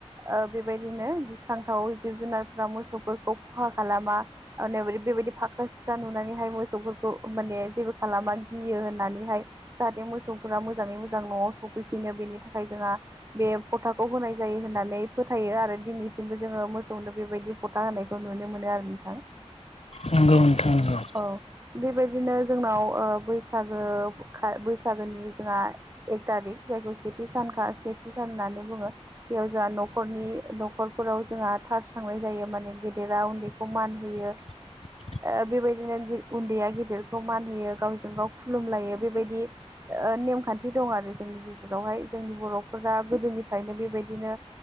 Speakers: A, on the right (about 25°); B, on the left (about 65°).
A: ओ बेबायदिनो गिखांथाव जिब जुनारफ्रा मोसौफोरखौ खहा खालामा ओ नो बेबायदि फाख्रा सिख्रा नुनानैहाय मोसौफोरखौ माने जेबो खालामा गियो होननानैहाय जाहाथे मोसौ फोरा मोजाङै मोजां न'वाव सफैफिनो बेनि थाखाय जोंहा बे फथाखौ होनाय जायो होननानै फोथाय नाय जायो आरो दिनैसिमबो जोङो मोसौनो बेबायदि फथा होनायखौ नुनो मोनो आरो नोंथां
B: नोंगौ नोंथां नोंगौ
A: औ बेबायदिनो जोंनाव ओ बैसागो ओ बैसागोनि जोंहा एक तारिक जायखौ सेथि सानखा सेथि सान होननानै बुङो बेयाव जोंहा न'खरनि न'खरफोराव जोंहा सारस्रांनाय जायो माने गेदेरा उन्दैखौ मान होयो
B: <inaudible>
A: ओ बेबायदिनो उन्दैया गेदेरखौ मान होयो गावजों गाव खुलुमलायो बेबायदि ओ नेमखान्थि दं आरो जोंनि गेजेरावहाय जोंनि बर'फोरा गोदोनिफ्रायनो बेबायदिनो